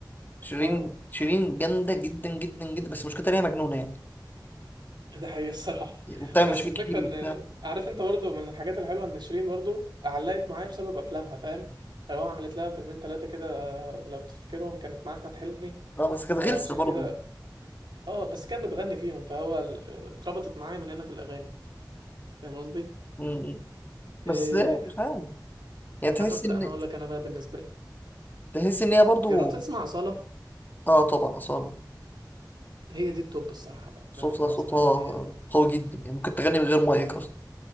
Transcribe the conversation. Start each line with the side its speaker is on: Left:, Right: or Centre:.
Left: شيرين
Right: اه
Left: شيرين جامده جدا جدا جدا بس مشكلتها ان هي مجنونه يعني
Right: ده حقيقة الصراحة
Left: وبتعمل
Right: بس
Left: مشاكل
Right: الفكرة
Left: كتير
Right: ان
Left: وبتاع
Right: عارف انت برضو من الحاجات الحلوة ان شيرين برضو علقت معايا بسبب افلامها فاهم لو عملت لها فيلمين ثلاثة كده آه، لو تفتكرهم كانت مع احمد حلمي
Left: اه بس كانت
Right: فعشان
Left: غلسه برضه
Right: كده اه بس كان بتغني فيهم فهو ال- اتربطت معايا من هنا في الاغاني فاهم قصدي
Left: م- بس
Right: إيه
Left: مش عارف يعني تحس
Right: جربت
Left: ان
Right: انا اقول لك انا بقى بالنسبه لي مين
Left: تحس ان هي برضه
Right: جربت تسمع أصالة
Left: اه طبعا اصلا
Right: هي دي التوب الصراحه بقى
Left: صوتها
Right: ده بالنسبه
Left: صوتها
Right: لي هي
Left: قوي جدا يعني ممكن تغني من غير مايك
Right: ما
Left: اصلا
Right: ينف...